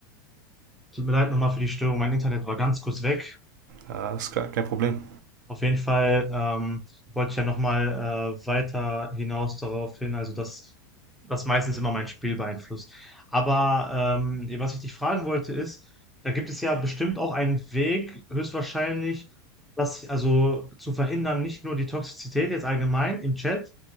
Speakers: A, in the centre; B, on the right (about 55°).
A: tut mir leid nochmal für die Störung, mein Internet war ganz kurz weg.
B: ja ist klar, kein Problem.
A: Auf jeden Fall ähm, wollte ich ja nochmal äh, weiter hinaus darauf hin, also dass das meistens immer mein Spiel beeinflusst. Aber ähm, was ich dich fragen wollte ist, da gibt es ja bestimmt auch einen Weg, höchstwahrscheinlich, das also zu verhindern, nicht nur die Toxizität jetzt allgemein im Chat,